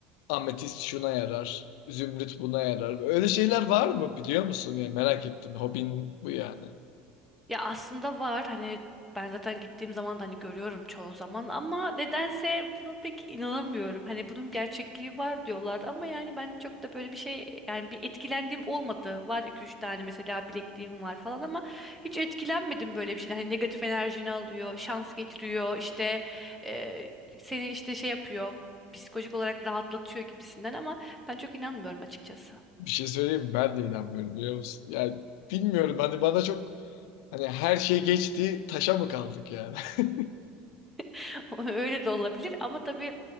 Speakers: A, on the left; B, in the centre.
A: ametist şuna yarar, zümrüt buna yarar. Öyle şeyler var mı biliyor musun? Yani merak ettim. Hobin bu yani.
B: Ya aslında var hani ben zaten gittiğim zaman da hani görüyorum çoğu zaman ama nedense buna pek inanamıyorum. Hani bunun gerçekliği var diyorlar ama yani ben çok da böyle bir şey yani bir etkilendiğim olmadı. Var iki üç tane mesela bilekliğim var falan ama hiç etkilenmedim böyle bir şeyden. Hani negatif enerjini alıyor, şans getiriyor işte e, seni işte şey yapıyor. psikolojik olarak rahatlatıyor gibisinden ama ben çok inanmıyorum açıkçası.
A: Bir şey söyleyeyim mi? Ben de inanmıyorum biliyor musun? Yani bilmiyorum hani bana çok hani her şey geçti taşa mı kaldık yani? <laughs>
B: <laughs> Öyle de olabilir ama tabii